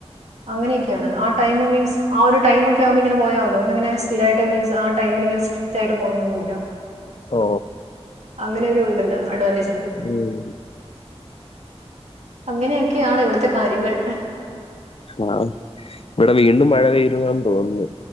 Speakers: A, on the right; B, on the left.
A: അങ്ങനെയൊക്കെയാണ് ആ ടൈം മീൻസ് ആ ഒരു ടൈമൊക്കെ ആകുമ്പോ ഇങ്ങനെ പോയാ മതി. നമുക്കങ്ങനെ സ്ഥിരായിട്ട് മീൻസ് ആ ടൈമിനിങ്ങനെ സ്ട്രി ക്റ്റ് ആയിട്ട് പോണന്നൊന്നുമില്ല.
B: ഓ
A: അങ്ങനെ ഒരു <unintelligible>
B: ഉം
A: അങ്ങനെയൊക്കെയാണ് ഇവിടുത്തെ കാര്യങ്ങൾ
B: ആ ഇവിടെ വീണ്ടും മഴ <unintelligible> തോന്നുന്നു